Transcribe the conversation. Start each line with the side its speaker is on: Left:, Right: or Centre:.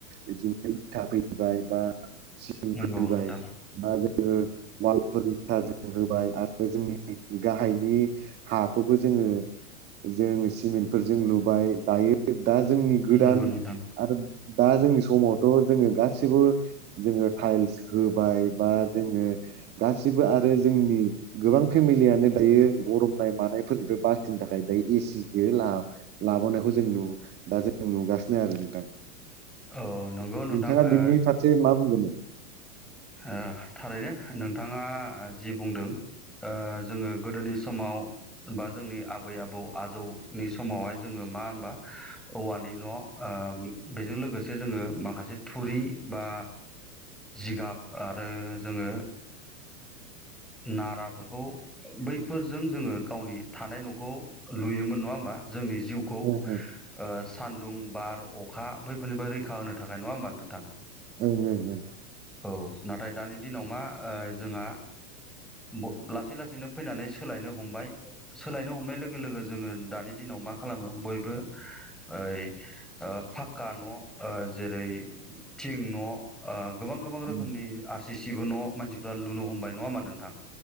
Right: बिदिनो बिथा फैबाय बा सिंफैबाय
Centre: नंगौ नोंथां
Right: बा जों वालफोरनिरथा जों होबाय आरो जोंनि गाहायनि हाखौबो जोङो जों सिमेन्टफोरजों लुबाय दायो दा जोंनि गोदान
Centre: नंगौ नोंथां
Right: आरो दा जोंनि समावथ' जोङो गासिबो जोङो थाइल्स होबाय बा जोङो गासिबो आरो जोंनि गोबां फेमिलियानो दायो गरम <inaudible> थाखाय बै एसि खो ला लाबावायखौ जों नु दा जों नुगासिनो सिनो आरो नोंथां।
Centre: औ नंगौ नोंथां
Right: नोंथाङा
Centre: ओ
Right: बिनि फारसे मा बुंगोन?
Centre: ओह थारैनो नोंथाङा जि बुंदों ओ जोङो गोदोनि समाव बा जोंनि आबै आबौ आजौनि समावहाय जोङो मा होनबा औवानि न' ओ बेजों लोगोसे जोङो माखासे थुरि बा जिगाब आरो जोङो नाराफोरखौ बैफोरजों जोङो गावनि थानाय न'खौ लुयोमोन नङा होमबा जोंनि जिउखौ ओ
Right: ओं
Centre: सान्दुं बार अखा बैफोरनिफ्राय रैखा होनो थाखाय नङा होमबा नोंथां?
Right: ओ ओ ओ
Centre: औ नाथाय दानि दिनाव मा जोंहा ब लासै लासैनो फैनानै सोलायनो हमबाय सोलायनो हमनाय लोगो लोगो जोङो दानि दिनाव मा खालामो बयबो ओइ फाखक्का न' जेरै थिं न ओ' गोबां नि
Right: उम
Centre: आर जे सिबो न' मानसिफ्रा लुनो हमबाय नङा होमबा नोंथां?